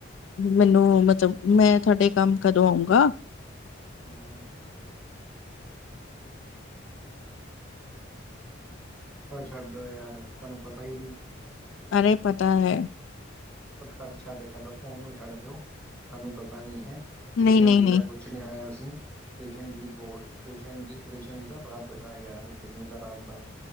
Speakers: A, on the left; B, in the centre.
A: ਮੈਨੂੰ ਮਤਲਬ ਮੈਂ ਤੁਹਾਡੇ ਕੰਮ ਕਦੋਂ ਆਊਂਗਾ
B: ਹੂੰ ਪਰ ਛੱਡੋ ਯਾਰ, ਤੁਹਾਨੂੰ ਪਤਾ ਹੀ ਨਹੀਂ।
A: ਅਰੇ ਪਤਾ ਹੈ
B: ਹੱਦ ਛੱਡ ਛੱਡੋ ਫੋਨ ਨੂੰ ਛੱਡ ਦਿਓ ਤੁਹਾਨੂੰ ਪਤਾ ਨੀ ਹੈ। ਕ੍ਰਿਸ਼ਨ
A: ਨਹੀਂ ਨਹੀਂ
B: ਜੀ ਦਾ ਕੁਛ ਨਹੀਂ ਹੋਇਆ ਸੀ। ਕ੍ਰਿਸ਼ਨ ਜੀ ਦੀ ਗੋਡ ਕ੍ਰਿਸ਼ਨ ਜੀ ਕ੍ਰਿਸ਼ਨ ਜੀ ਦਾ ਰੱਬ ਯਾਰ ਕ੍ਰਿਸ਼ਨ ਜੀ ਦਾ ਰੱਬ ਦਾ